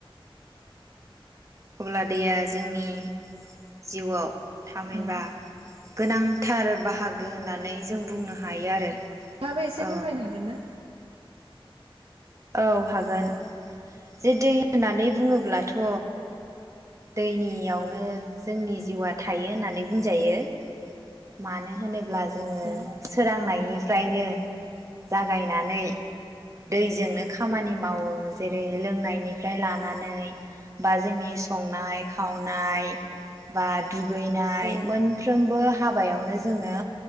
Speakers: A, on the right; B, on the right.
A: अब्ला दैया जोंनि जिउआव थामहिनबा
B: उम
A: गोनांथार बाहा गो होननानै जों बुंनो ह हायो आरो
B: आ बो एसे
A: औ
B: फोरमायनो हागोन ना?
A: औ हागोन। जे दै होननानै बुङोब्लाथ दैनियावनो जोंनि जिउआ थायो होननानै बुंजायो। मानो होनोब्ला जोंङो
B: उम
A: सोरां नायनिफ्रायनो जागायनानै दैजोंनो खामानि मावो। जेरै लोंनायनिफ्राय लानानै बा जोंनि संनाय खावनाय बा दुगैनाय
B: ओं
A: मोन फ्रोमबो हाबायावनो जोङो